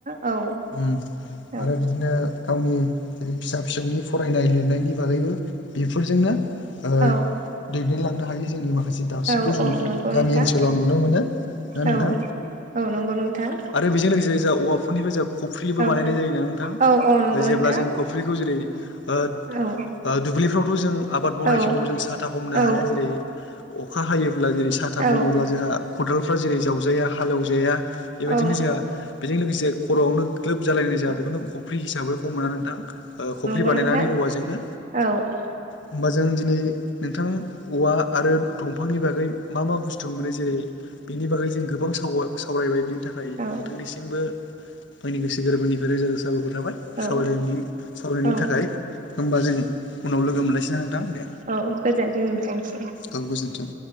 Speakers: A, on the right; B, on the left.
A: औ
B: ओं
A: औ
B: आरो बिदिनो गावनि जेरै फिसा फिसौनि फरायनाय लिरनायनि बागैबो बेफोरजोंनो ओ
A: औ
B: दैदेनलांनो हायो जोंनि माखासे दि दासिमबो
A: औ
B: जों
A: औ नंगौ
B: गामि
A: नोंथां
B: ओनसोलाव नुनो मोनो ना नोंथां?
A: औ औ नंगौ नोंथां
B: आरो बेजों लोगोसे जा औवाफोरनिबो जा खफ्रिबो बानायनाय
A: औ
B: जायोना नोंथां
A: औ औ नंगौ नोंथां
B: जेब्ला जों खफ्रिखौ जेरै ओ
A: औ औ
B: ओ दुब्लिफ्रावथ' जों आबाद मावनाय
A: औ
B: समाव जों साथा हमनो
A: औ
B: हाया जेरै अ अखा हायोब्ला जेरै साथा
A: औ
B: हमोब्ला जोंहा खदालफ्रा जेरै जावजाया हालेवजाया बेबायदिनो
A: औ
B: जोंहा बेजों लोगोसे खर'आवनो ग्लोब जालायनाय जोंहा बेखौनो खफ्रि हिसाबै हमोना नोंथां ओ खफ्रि
A: नंगौ
B: बानायनानै
A: नोंथां
B: औवाजोंनो।
A: औ औ
B: होमबा जों दिनै नोंथां औवा आरो दंफांनि बागै मा मा बुस्थु मोनो जेरै बिनि बागै जों गोबां साव सावरायबाय बिनि थाखाय
A: औ
B: नोंथांनिसिमबो आंनि गोसो गोरबोनिफ्राय रोजा रोजा साबायखर थाबाय
A: औ
B: सावरायलायनि सावरायनायनि
A: औ
B: थाखाय। होमबा जों उनाव लोगो मोनलायसोना नोंथां दे
A: औ गोजोनथों नोंथांनिसिम
B: औ गोजोनथों।